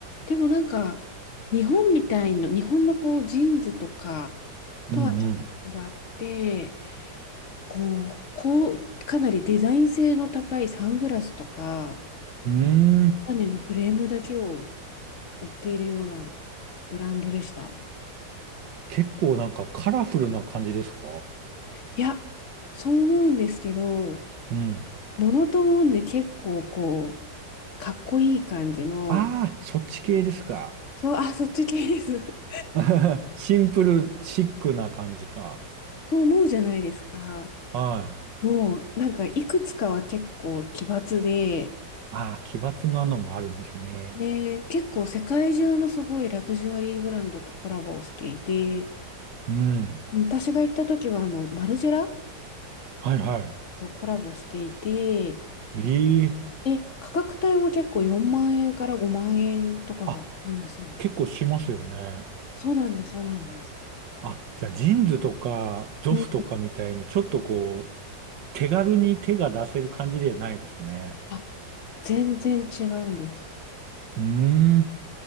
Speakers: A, on the left (about 45°); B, on the right (about 80°).
A: でもなんか、日本みたいな、日本のこう、ジーンズとか
B: うんうん。
A: とはちょっと違って、こう、こう、かなりデザイン性の高いサングラスとか、
B: うーん。
A: マネのフレームだけを売っているようなブランドでした。
B: 結構なんかカラフルな感じですか
A: いや、そう思うんですけど、
B: うん。
A: モノトーンで結構こう、かっこいい感じの、
B: ああ、そっち系ですか。
A: そう、あ、そっち系です。
B: <laughs> シンプル、シックな感じか。
A: <laughs> と思うじゃないですか。
B: はい。
A: もう、なんかいくつかは結構奇抜で、
B: ああ、奇抜なのもあるんですね。
A: で、結構世界中のすごいラグジュアリーブランドとコラボをしていて、
B: うん。
A: 私が行った時はあの、マルジェラ
B: はいは
A: とコラボしていて、
B: い。ええ。
A: で、価格帯も結構4万円から5万円とかがするんですよね。
B: あ、結構しますよね。
A: そうなんです、そうなんです。
B: あ、じゃあジーンズとかゾフとかみたいにちょっとこう、
A: うん
B: 手軽に手が出せる感じではないですね。
A: あ、全然違うんです。
B: うーん。